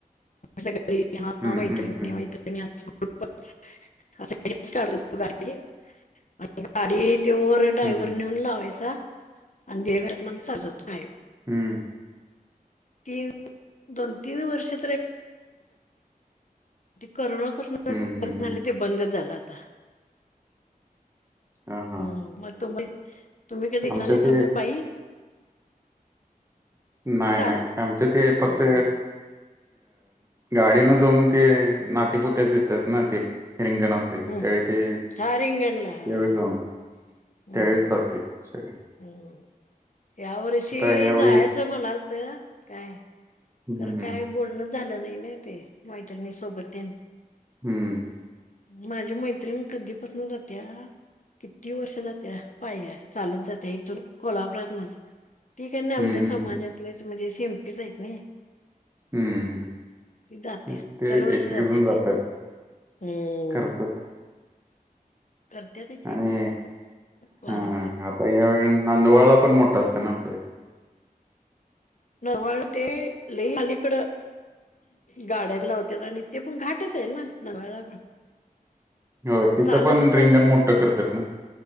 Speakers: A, on the left; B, on the right.
A: सगळी हा
B: हम्म,
A: मैत्रिणी
B: हम्म, हम्म,
A: मैत्रीण बोलत होतो ते अस हेच काढतो तो गाडी.. आणि गाडी ते वर ड्रायव्हर
B: हम्म,
A: नेऊन लावायचा आणि देवघरात म सजवतो
B: हम्म..
A: ती दोन तीन वर्ष <inaudible> कोरोनापासून
B: हम्म, हम्म,
A: बंद
B: हम्म.
A: झालं ते बंदच झालं आता
B: हां, हां.
A: हम्म.. मग तुम तुम्ही कधि
B: आमचं
A: गेला नाहीसा
B: ते
A: मग पाई
B: नाही
A: चालत
B: नाही.. आमच ते फक्त
A: हम्म
B: गाडी न जाऊन ते नातेपुत्या येतात ना ते.. रि रिंगण असत त्यावेळी
A: हम्म
B: ते त्यावेळेस
A: हा रिंगणला हा हा
B: जाऊन
A: हम्म
B: त्यावेळेस जातोय सगळी
A: हम्म.. या वर्षी
B: यावेळी
A: जायच जायचं म्हणालात काय?
B: हं,
A: खरं
B: हं,
A: काय बोलण झालं नाही ना ते.. मैत्रिणी सोबत तेन
B: हम्म..
A: माझी मैत्रिण कधीपासून जाते. किती वर्ष झालं जाते पायी चालत जाते. त्या इथून कोल्हापुरातूनच ते काय नाही
B: हं,
A: आमच्या
B: हं,
A: समाजातलेच म्हणजे शिंपीच आहेत नाही
B: हम्म
A: जाते
B: हम्.. ते
A: दरवर्षी
B: एक
A: जाते
B: एक जण जातात
A: ती. हम्म.
B: करतात
A: करत्यात की
B: आणि
A: वारीच
B: हा आता यावेळी नंदवाळला पण मोठा असत ना आपल्या इथ
A: नंदावाळ ते लय अलीकड गाड्या लावत्यात आणि ते पण घाटच आहे ना नंदावाळ पण
B: होय तिथं
A: चालतच
B: पण रिंगण
A: जात्यात
B: मोठं करतात
A: माणस
B: ना